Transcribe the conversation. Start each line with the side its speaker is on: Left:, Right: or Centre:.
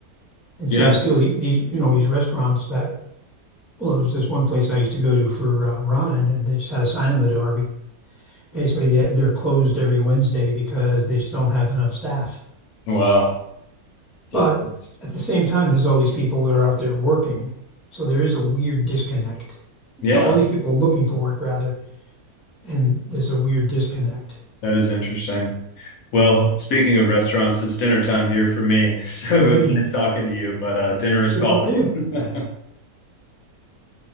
Centre: And
Left: Yeah.
Centre: so you see all the- these, you know, these restaurants that, well, there was this one place I used to go to for uh, ramen, and they just had a sign on the door. We, basically, they- they're closed every Wednesday because they just don't have enough staff.
Left: Wow. Yeah.
Centre: But
Left: that's-
Centre: at the same time, there's all these people that are out there working. So there is a weird disconnect.
Left: Yeah,
Centre: All these people are looking for work, rather, and there's a weird disconnect.
Left: that is interesting. Well, speaking of restaurants, it's dinner time here for me. <laughs> So
Centre: Alrighty.
Left: it was nice talking to you, but uh, dinner is
Centre: Good
Left: calling.
Centre: talking to you.
Left: <laughs> All